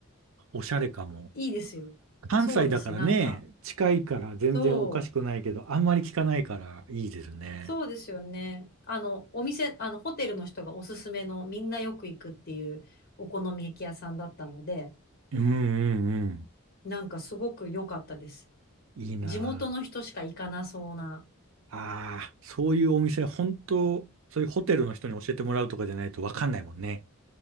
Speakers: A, on the right; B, on the left.
A: おしゃれかも。
B: いいですよ。
A: 関西だからね、
B: そうです。なんか、
A: 近いから全然おかしくないけど、
B: そう、
A: あんまり聞かないからいいですね。
B: そうですよね。あの、お店、あの、ホテルの人がおすすめのみんなよく行くっていうお好み焼き屋さんだったので、
A: うんうんうん。
B: なんかすごく良かったです。
A: いいな
B: 地元の人しか行かなそうな。
A: あ。ああ、そういうお店、本当、そういうホテルの人に教えてもらうとかじゃないとわかんないもんね。